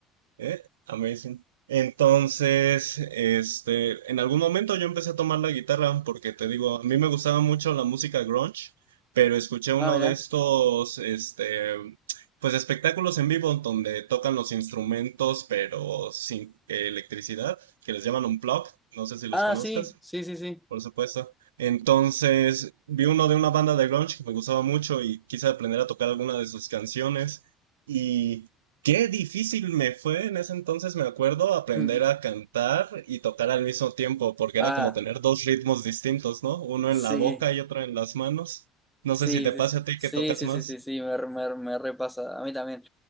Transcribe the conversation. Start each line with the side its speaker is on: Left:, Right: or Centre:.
Right: Eh, amazing. Entonces, este, en algún momento yo empecé a tomar la guitarra porque te digo, a mí me gustaba mucho la música grunge, pero escuché uno
Centre: Ah, mira.
Right: de estos, este, pues espectáculos en vivo donde tocan los instrumentos pero sin electricidad, que les llaman un plug, no sé si los
Centre: Ah,
Right: conozcas.
Centre: sí, sí, sí, sí.
Right: Por supuesto. Entonces, vi uno de una banda de grunge que me gustaba mucho y quise aprender a tocar alguna de sus canciones. Y qué difícil me fue en ese entonces, me acuerdo, aprender
Centre: <laughs>
Right: a cantar y tocar al mismo tiempo, porque
Centre: Ah,
Right: era como tener dos ritmos distintos, ¿no? Uno
Centre: sí,
Right: en la boca y otro en las manos. No
Centre: sí,
Right: sé si te
Centre: sí,
Right: pasa a ti
Centre: sí,
Right: que tocas
Centre: sí, sí,
Right: más.
Centre: sí, sí, sí, me, re- me, re- me repasa. A mí también.